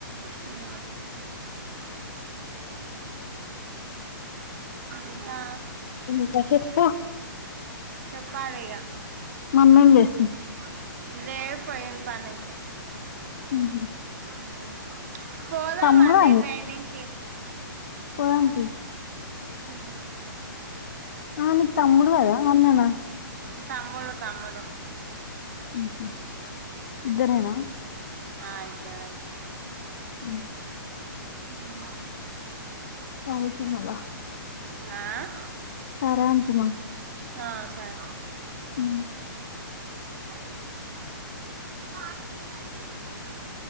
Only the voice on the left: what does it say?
ఇంకా చెప్పు.
మమ్మీ
ఏం
చేస్తుంది
ఉహు.
తమ్ముడా
పాలిటిక్స్.
ఆహ్ నీకు తమ్ముడు కదు అన్నానా.
ఉమ్ ఇద్దరేనా.
ఉమ్.
ఆహ్ ఓకే మాళ్ళా.
సరే అంటున్న.
ఉమ్.